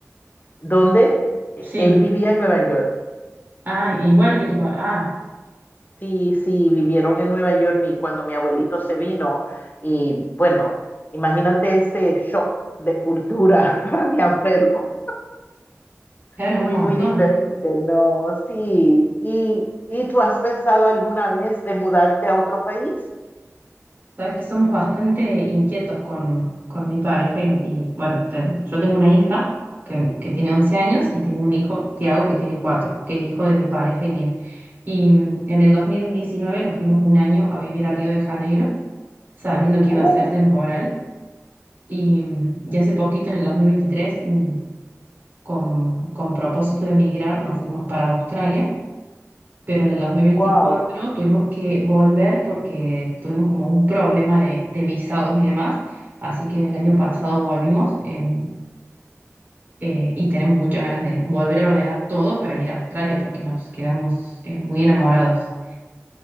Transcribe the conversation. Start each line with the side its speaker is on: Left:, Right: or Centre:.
Left: donde él
Right: Sí.
Left: vivía en Nueva York.
Right: Ah, igual que tu papá. Ah,
Left: Sí, sí, vivieron en Nueva York mi, cuando mi abuelito se vino. Y bueno, imagínate ese shock de cultura <laughs> para mi abuelo.
Right: claro,
Left: Muy,
Right: un montón.
Left: muy diferente, no, sí. ¿Y, y tú has pensado alguna vez de mudarte a otro país?
Right: Sabes que somos bastante inquietos con, con mi pareja y, y, bueno, ten- yo tengo una hija que, que tiene 11 años y tengo un hijo, Tiago, que tiene 4, que es hijo de mi pareja y mío. Y mm, en el 2019 nos fuimos un año a vivir a Río de Janeiro, sabiendo que
Left: Uh,
Right: iba a ser temporal. Y, mm, y hace poquito, en el 2023, mm, con, con propósito de emigrar, nos fuimos para Australia pero en el 2024
Left: wow,
Right: tuvimos que volver porque tuvimos como un problema de, de visados y demás, así que el año
Left: Mm.
Right: pasado volvimos en- eh, y tenemos muchas ganas de volver a ordenar todo para ir a Australia porque nos quedamos eh, muy enamorados